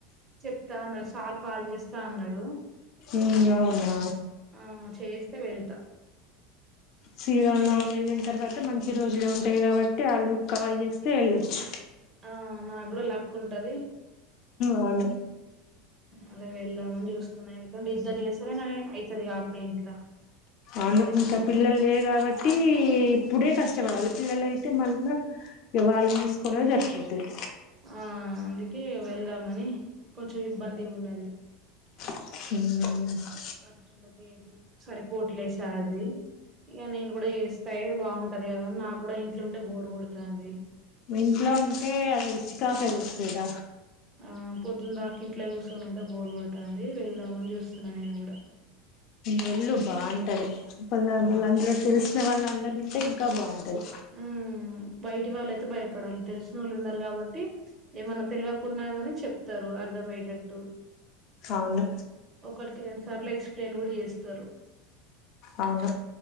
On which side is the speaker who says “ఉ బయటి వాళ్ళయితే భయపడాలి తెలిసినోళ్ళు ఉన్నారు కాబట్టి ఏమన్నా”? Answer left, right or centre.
Right